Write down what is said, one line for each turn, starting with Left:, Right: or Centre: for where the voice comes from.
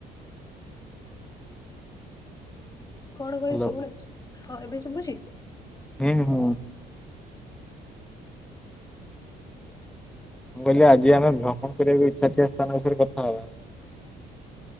Left: କଣ କହି
Centre: ହ୍ୟାଲୋ
Left: ଶୁଭୁନି ହଁ ଏବେ ଶୁଭୁଚି?
Centre: ହୁଁ ହୁଁ ହୁଁ। ମୁଁ କହିଲି ଆଜି ଆମେ ଭ୍ରମଣ କରିବାକୁ ଇଚ୍ଛା ଥିବା ସ୍ଥାନ ବିଷୟରେ କଥା ହବା।